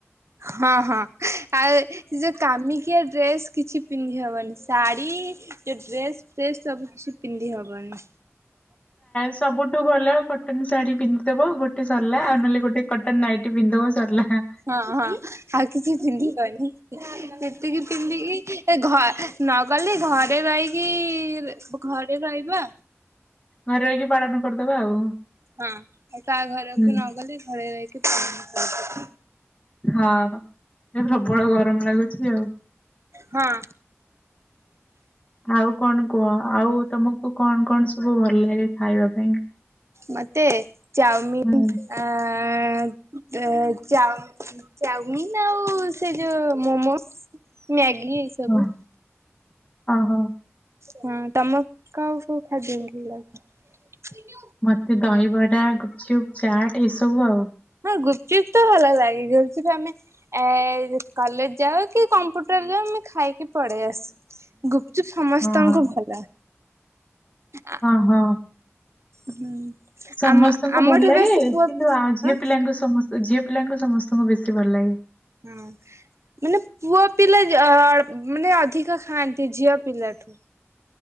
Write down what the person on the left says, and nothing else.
ସବୁଠୁ ଭଲ କଟନ ଶାଢୀ ପିନ୍ଧିଦବ ଗୋଟେ ସରିଲା
ଆଉ ନହେଲେ ଗୋଟେ କଟନ ନାଇଟି ପିନ୍ଧିଦବ ସରିଲା।
ଘରେ ରହିକି ପାଳନ କରିଦବା ଆଉ।
ହୁଁ
ହଁ ଏ ପ୍ରବଳ ଗରମ ଲାଗୁଛି ଆଉ।
ଆଉ କଣ କୁହ ଆଉ ତମକୁ କଣ କଣ ସବୁ ଭଲ ଲାଗେ ଖାଇବା ପାଇଁ?
ହୁଁ।
ଓ ଓହୋ
ମତେ ଦହିବରା ଗୁପଚୁପ୍ ଚାଟ୍ ଏସବୁ ଆଉ।
ଓହୋ
ହଁ ହଁ।
ସମସ୍ତଙ୍କୁ
ଭଲ ଲାଗେ
କିନ୍ତୁ
ଆ ଝିଅ
ପିଲାଙ୍କୁ ସମସ୍ତ ଝିଅ ପିଲାଙ୍କୁ ସମସ୍ତଙ୍କୁ ବେଶୀ ଭଲ ଲାଗେ।